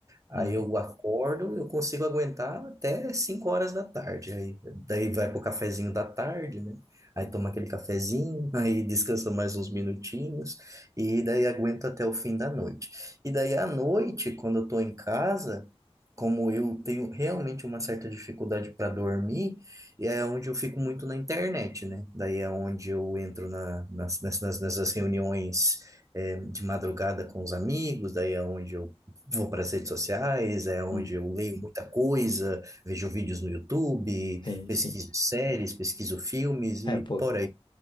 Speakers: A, on the right; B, on the left.
A: Aí
B: Uhum.
A: eu acordo, eu consigo aguentar até cinco horas da tarde. Aí, daí vai pro cafezinho da tarde, né? Aí toma aquele cafezinho, <laughs> aí descansa mais uns minutinhos. E daí aguento até o fim da noite. E daí à noite, quando eu tô em casa, como eu tenho realmente uma certa dificuldade para dormir, é onde eu fico muito na internet, né? Daí é onde eu entro na, nas, nessas, nessas reuniões é, de madrugada com os amigos, daí é onde eu vou para as redes sociais, é onde
B: Uhum.
A: eu leio muita coisa, vejo vídeos no YouTube,
B: Sim,
A: pesquiso
B: sim.
A: séries, pesquiso filmes
B: É,
A: e
B: pô,
A: por aí.